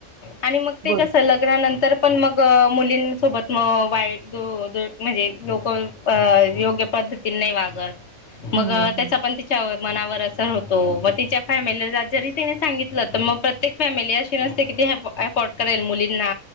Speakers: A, on the left; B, on the right.
A: आणि मगं ते
B: बोल
A: कस लग्नानंतर पण मंग मुलींसोबत मगं वाईट म्हणजे लोक योग्य पद्धतीने नाही वागत मगं
B: हम्म हम्म
A: त्याचा पण तिच्यावर- मनावर असर होतो मगं तिच्या फॅमिलीला जरी तिने सांगितलं तर मगं प्रत्येक फॅमिली अशी नसते की अफोर्ड करेल मुलींना